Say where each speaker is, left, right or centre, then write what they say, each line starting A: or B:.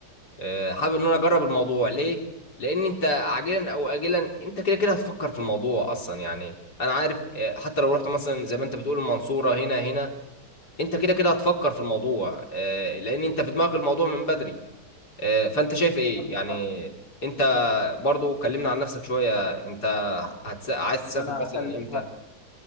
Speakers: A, on the left (about 80°); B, on the left (about 65°).
A: آه، حابب ان انا اجرب الموضوع ليه لان انت عاجلا او اجلا انت كده كده هتفكر في الموضوع اصلا يعني انا عارف آه، حتى لو رحت مثلا زي ما انت بتقول المنصورة هنا هنا انت كده كده هتفكر في الموضوع آه، لان انت في دماغك الموضوع من بدري آه، فانت شايف ايه
B: عندك
A: يعني
B: حق
A: انت برضو كلمنا عن نفسك شوية انت هتس... عايز تسافر
B: انا
A: مثلا
B: هكلمك
A: امتى